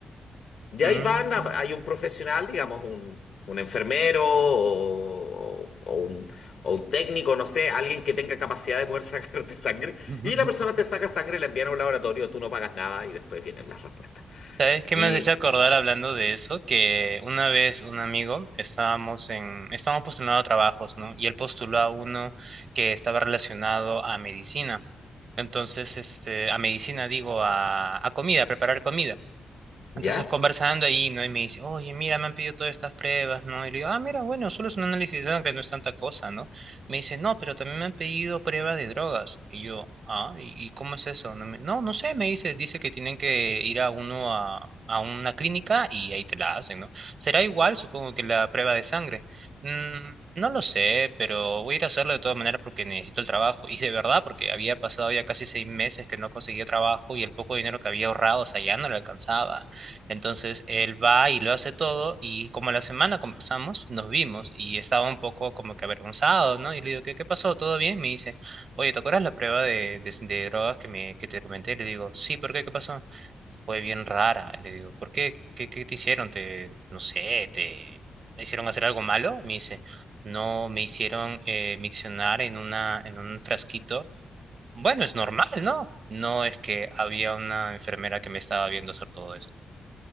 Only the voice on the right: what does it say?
ujú,
mm.
<laughs>
¿Sabes qué
me has hecho acordar hablando de eso? Que una vez un amigo estábamos en, estábamos postulando a trabajos, ¿no? Y él postuló a uno que estaba relacionado a medicina. Entonces, este, a medicina digo, a, a comida, a preparar comida. Entonces
conversando ahí, ¿no? Y me dice, oye, mira, me han pedido todas estas pruebas, ¿no? Y le digo, ah, mira, bueno, solo es un análisis de sangre, no es tanta cosa, ¿no? Me dice, no, pero también me han pedido prueba de drogas. Y yo, ah, ¿y, y cómo es eso? No, me- no, no sé, me dice, dice que tienen que ir a uno a, a una clínica y ahí te la hacen, ¿no? Será igual, supongo, que la prueba de sangre. Mm, no lo sé, pero voy a ir a hacerlo de todas maneras porque necesito el trabajo. Y de verdad, porque había pasado ya casi seis meses que no conseguía trabajo y el poco dinero que había ahorrado, o sea, ya no le alcanzaba. Entonces él va y lo hace todo y como la semana conversamos, nos vimos y estaba un poco como que avergonzado, ¿no? Y le digo, ¿qué, qué pasó? ¿Todo bien? Me dice, oye, ¿te acuerdas la prueba de, de, de drogas que, me, que te comenté? Le digo, sí, ¿por qué? ¿Qué pasó? Fue bien rara. Le digo, ¿por qué? ¿Qué, qué te hicieron? ¿Te, no sé, te, te hicieron hacer algo malo? Me dice, no, me hicieron eh, miccionar en una, en un frasquito. Bueno, es normal, ¿no? No es que había una enfermera que me estaba viendo hacer todo eso.